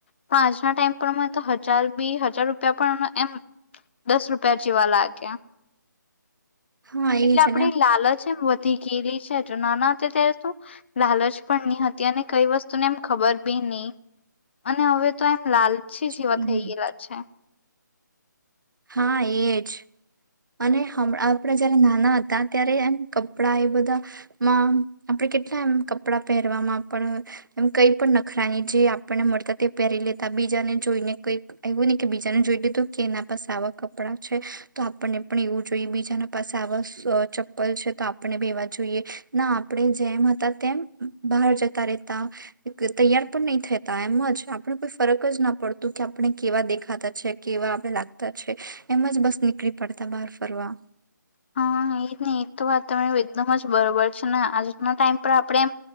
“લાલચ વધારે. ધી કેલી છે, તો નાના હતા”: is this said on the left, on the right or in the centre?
Left